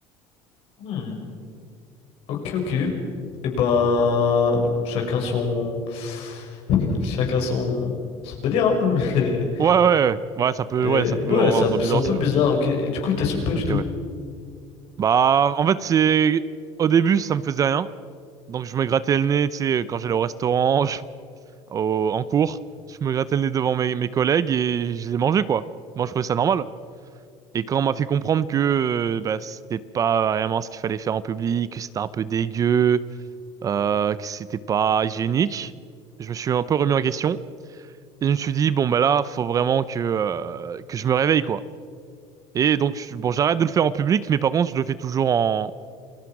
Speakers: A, on the left; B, on the right.
A: Hmm, ok, ok. Eh ben, bon, chacun son, <laughs> chacun son, son délire, hein, <laughs> mais,
B: Ouais, ouais, ouais, Ouais, ça peut,
A: mais
B: ouais, ça peut
A: ouais,
B: rendre
A: c'est un,
B: bizarre
A: c'est un
B: aussi,
A: peu bizarre,
B: ouais.
A: ok. Et du coup, t'assumes pas du
B: Ok,
A: tout,
B: ouais. Bah, en fait, c'est, au début, ça me faisait rien. Donc, je me grattais le nez, tu sais, quand j'allais au restaurant, <laughs> je- au- en cours, je me grattais le nez devant mes, mes collègues et je les mangeais, quoi. Moi, je trouvais ça normal. Et quand on m'a fait comprendre que, euh, bah, c'était pas vraiment ce qu'il fallait faire en public, que c'était un peu dégueu, euh, que c'était pas hygiénique, je me suis un peu remis en question. Et je me suis dit, bon, bah là, faut vraiment que, euh, que je me réveille, quoi. Et donc, je- bon, j'arrête de le faire en public, mais par contre, je le fais toujours en,